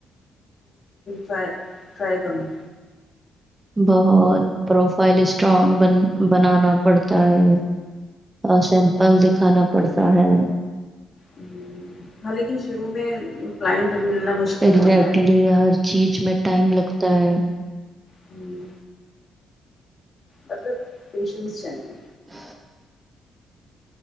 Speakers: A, on the left (about 40°); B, on the right (about 20°).
A: رائی کروں
B: بہت پروفائل اسٹرانگ بن بنانا پڑتا ہے اور سیمپل دکھانا پڑتا ہے
A: ہ ہاں لیکن شروع میں کلائنٹ ملنا مشکل
B: اگزیکٹلی
A: ہوتا ہے
B: ہر چیز میں ٹائم لگتا ہے
A: ہوں مطلب پیشنس چاہیں گے
B: ہ